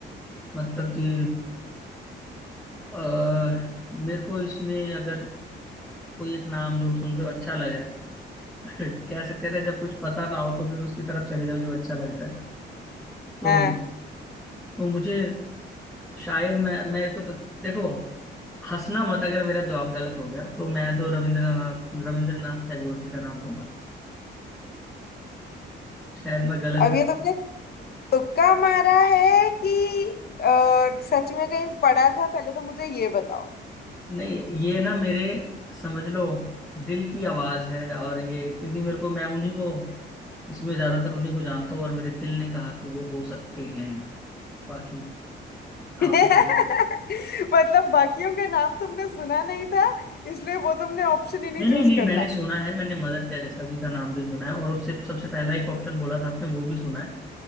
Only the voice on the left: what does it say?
हाँ
अब ये तुमने तुक्का मारा है कि अ, सच में कहीं पढ़ा था पहले तो मुझे ये बताओ
<laughs>
मतलब बाकियों के नाम तुमने सुना नहीं था इसलिए वो तुमने ऑप्शन ही नहीं
चूज
करना